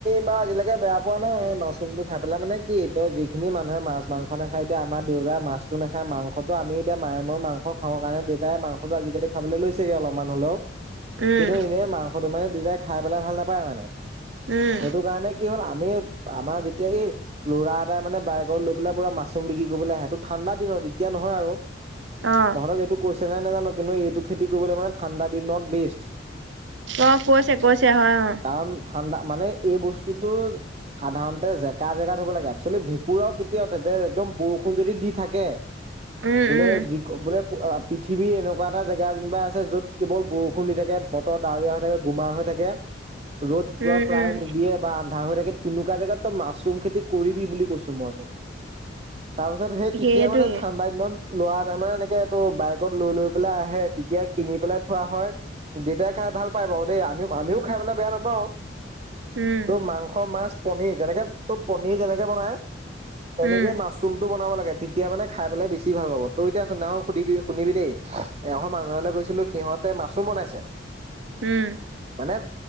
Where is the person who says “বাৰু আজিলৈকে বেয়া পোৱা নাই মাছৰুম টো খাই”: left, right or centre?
Right